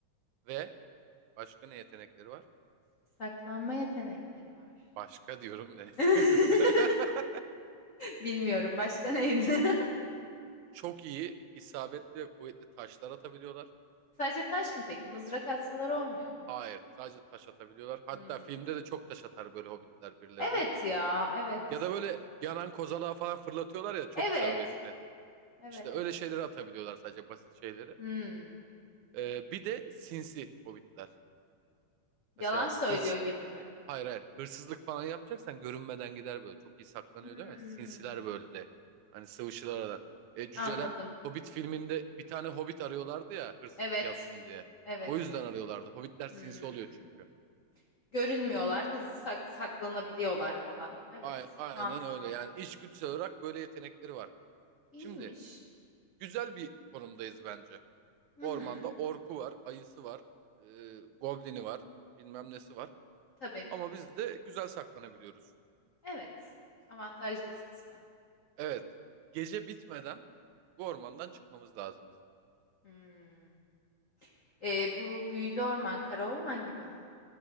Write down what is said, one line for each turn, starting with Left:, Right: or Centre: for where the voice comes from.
Right: Ve başka ne yetenekleri var?
Left: Saklanma yetenekleri var.
Right: Başka diyorum ne yetenekleri?
Left: <laughs>
Right: <laughs>
Left: Bilmiyorum. Başka neydi? <laughs>
Right: Çok iyi, isabetli ve kuvvetli taşlar atabiliyorlar.
Left: Sadece taş mı peki? Mızrak atsalar olmuyor mu?
Right: Hayır, sadece taş atabiliyorlar. Hatta
Left: Hmm.
Right: filmde de çok taş atar böyle hobbitler birilerine.
Left: Evet ya. Evet.
Right: Ya da böyle yanan kozalağı falan fırlatıyorlar ya çok
Left: Evet.
Right: isabetli.
Left: Evet.
Right: İşte öyle şeyleri atabiliyorlar sadece basit şeyleri.
Left: Hmm.
Right: Ee, bir de sinsi hobbitler.
Left: Yalan
Right: Mesela
Left: söylüyor
Right: hırs,
Left: gibi mi?
Right: Hayır hayır. Hırsızlık falan yapacaksan görünmeden gider böyle. Çok iyi saklanıyor
Left: Hmm,
Right: değil mi? Sinsiler böyle. Hani sıvışırlar aradan. E, cüceler
Left: anladım.
Right: Hobbit filminde bir tane Hobbit arıyorlardı ya hırsızlık
Left: Evet,
Right: yapsın diye.
Left: evet.
Right: O yüzden arıyorlardı. Hobbitler sinsi
Left: Hmm.
Right: oluyor çünkü.
Left: Görünmüyorlar, hızlı sak- saklanabiliyorlar falan. Evet,
Right: Ay, aynen
Left: mantıklı.
Right: öyle. Yani içgüdüsel olarak böyle yetenekleri var.
Left: İyiymiş.
Right: Şimdi güzel bir konumdayız bence.
Left: Hı
Right: Ormanda
Left: hı,
Right: orku var, ayısı var, e, goblini var, bilmem nesi var.
Left: tabii.
Right: Ama biz de güzel saklanabiliyoruz.
Left: Evet, avantajlıyız kısmen.
Right: Evet. Gece bitmeden bu ormandan çıkmamız lazım bizim.
Left: Hmm. Ee, bu büyülü orman, kara orman gibi mi?